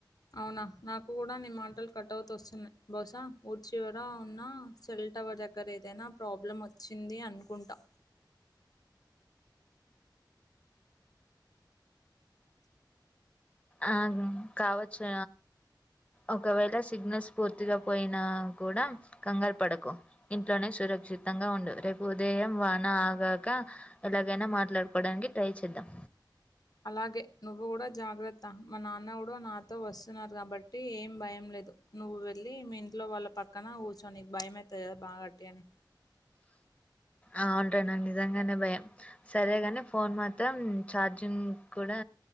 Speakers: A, on the left (about 55°); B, on the left (about 15°).
A: అవునా నాకు కూడా నీ మాటలు కట్ అవుతు వస్తున్నాయి బహశా ఊర్ చివర ఉన్న సెల్ టవర్ దగ్గర ఏదైనా ప్రాబ్లం వచ్చింది అనుకుంటా
B: ఆ కావచ్చు ఒకవేళ సిగ్నల్స్ పూర్తిగా పోయినా కూడా కంగారు పడకు ఇంట్లోనే సూర చితంగా ఉండు రేపు ఉదయం వాన ఆగాక ఎలాగైనా మాట్లాడుకోవడానికి ట్రై చేద్దాం
A: అలాగే నువ్వు కూడా జాగ్రత్త మా నాన్న కూడా నాతో వస్తున్నారు కాబట్టి ఏం భయం లే లేదు నువ్వు వెళ్ళి మీ ఇంట్లో వాళ్ళ పక్కన కూర్చో నీకు భయమయితది గా బా వట్టి గనే
B: ఆవుంటనండి నిజంగానే భయం సరేగాని ఫోన్ మాత్రం ఛార్జింగ్ కూడా